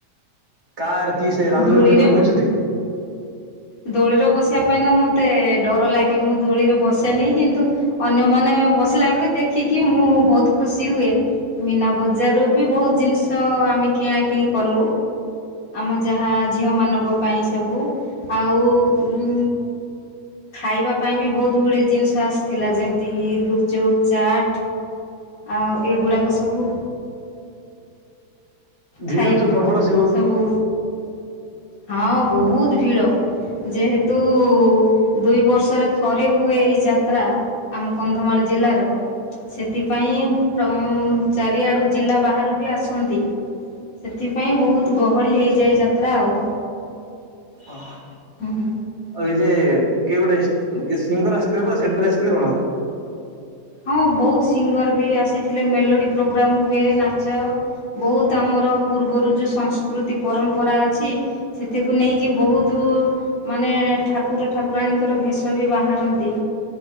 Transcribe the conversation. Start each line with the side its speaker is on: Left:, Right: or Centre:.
Right: କାର୍ କି ସେ ରାମଦୁଳି
Left: ଧୂଳିରେ
Right: ଉପରେ କୋଉଠି ବଇଛନ୍ତି?
Left: ଦୋଳିରେ ବସିବା ପାଇଁ ତ ମୋତେ ଡର ଲାଗେ ମୁଁ ଦୋଳିରେ ବସେନି କିନ୍ତୁ ଅନ୍ୟମାନେ ବସିଲା ବେଳେ ଦେଖିକି ମୁଁ ବହୁତ ଖୁସି ହୁଏ। ମୀନା ବଜାରରୁ ବି ବହୁତ ଜିନିଷ ଆମେ କିଣାକିଣି କଲୁ। ଆମ ଯାହା ଝିଅମାନଙ୍କ ପାଇଁ ସବୁ ଆଉ ଉଁ ଖାଇବା ପାଇଁ ବି ବହୁତ ଗୁଡ଼ିଏ ଜିନିଷ ଆସିଥିଲା ଯେମିତିକି ଗୁପଚୁପ୍, ଚାଟ୍ ଆଉ ଏଗୁଡ଼ାକ ସବୁ
Right: ଭିଡ
Left: ଖାଇଲୁ
Right: ତ ପ୍ରବଳ ଥିବ
Left: ସବୁ। ହଁ ବହୁତ ଭିଡ଼। ଯେହେତୁ ଦୁଇ ବର୍ଷରେ ଥରେ ହୁଏ ଏଇ ଯାତ୍ରା ଆମ କନ୍ଧମାଳ ଜିଲ୍ଲାର ସେଥିପାଇଁ ପ୍ରମ ଚାରିଆଡୁ ଜିଲ୍ଲା ବାହାରୁ ବି ଆସନ୍ତି। ସେଥିପାଇଁ ବହୁତ ଗହଳି ହେଇଯାଏ ଯାତ୍ରା ଆଉ।
Right: ଓହୋ
Left: ହୁଁ ହୁଁ
Right: ଆଉ ଏଇ ଯେ କିଏ ଗୋଟାଏ ବିଶିଙ୍କ ର ଆସିଥିଲେ ପରା ସେଗୁରୁ ଆସିଥିଲେ କଣ?
Left: ହଁ ବହୁତ ସିଙ୍ଗର ବି ଆସିଥିଲେ ମେଲୋଡ଼ି ପ୍ରୋଗ୍ରାମ୍ ହୁଏ ନାଚ ବହୁତ ଆମର ପୂର୍ବରୁ ଯେ ସଂସ୍କୃତି ପରମ୍ପରା ଅଛି। ସେଥିକୁ ନେଇକି ବହୁତ ମାନେ ଠାକୁର ଠାକୁରାଣୀଙ୍କର ଭେଷ ବି ବାହାରନ୍ତି।